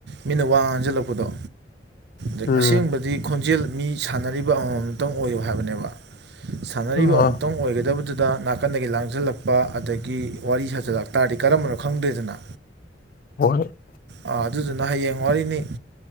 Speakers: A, on the right; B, on the left.
A: ꯃꯤꯅ ꯋꯥ ꯉꯥꯡꯁꯤꯜꯂꯛꯄꯗꯣ ꯑꯩ
B: ꯎꯝ
A: ꯑꯁꯦꯡꯕꯗꯤ ꯈꯣꯟꯖꯦꯜ ꯃꯤ ꯁꯥꯟꯅꯔꯤꯕ ꯑꯃꯃꯝꯇꯪ ꯑꯣꯏꯌꯨ ꯍꯥꯏꯕꯅꯦꯕ ꯁꯥꯟꯅꯔꯤꯕ
B: ꯑꯥ
A: ꯑꯃꯨꯛꯇꯪ ꯑꯣꯏꯒꯗꯕꯗꯨꯗ ꯅꯥꯀꯟꯗꯒꯤ ꯂꯥꯡꯁꯤꯜꯂꯛꯄ ꯑꯗꯒꯤ ꯋꯥꯔꯤ ꯁꯥꯖꯜꯂꯛ ꯇꯥꯔꯗꯤ ꯀꯔꯝꯕꯅꯣ ꯈꯪꯗꯦꯗꯅ
B: <unintelligible>
A: ꯑꯥ ꯑꯗꯨꯗꯨꯅ ꯍꯌꯦꯡ ꯋꯥꯔꯤꯅꯤ